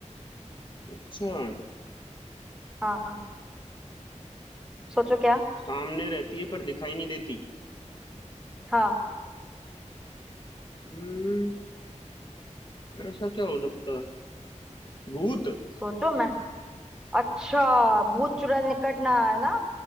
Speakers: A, on the left (about 40°); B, in the centre.
A: अच्छा
B: हाँ सोचो क्या
A: सामने रहती है पर दिखाई नहीं देती
B: हाँ
A: हम्म ऐसा क्या हो सकता है भूत
B: सोचो मैं अच्छा भूत चुड़ैल निकट ना आए ना